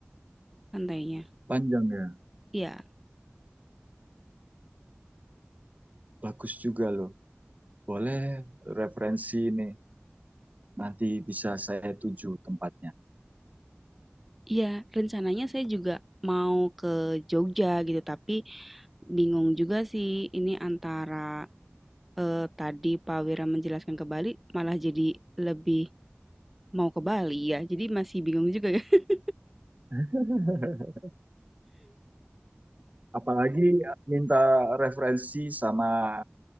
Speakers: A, in the centre; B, on the right.
A: pantainya.
B: Panjang ya.
A: Iya,
B: Bagus juga loh. Boleh referensi nih. Nanti bisa saya tuju tempatnya.
A: iya, rencananya saya juga mau ke Jogja gitu, tapi bingung juga sih ini antara eh, tadi Pak Wira menjelaskan ke Bali malah jadi lebih mau ke Bali ya. Jadi masih bingung juga ya. <laughs>
B: <laughs> Apalagi minta referensi sama